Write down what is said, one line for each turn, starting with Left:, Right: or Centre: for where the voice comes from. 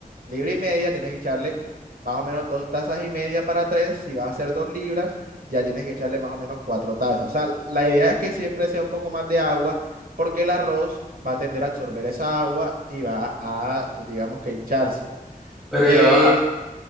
Right: libra y media, tienes que echarle más o menos dos tazas y media para tres. Si vas a hacer dos libras, ya tienes que echarle más o menos cuatro tazas. O sea, la idea es que siempre sea un poco más de agua, porque el arroz va a tender a absorber esa agua y va a, digamos que hincharse.
Centre: Pero
Right: Eh,
Centre: ya va.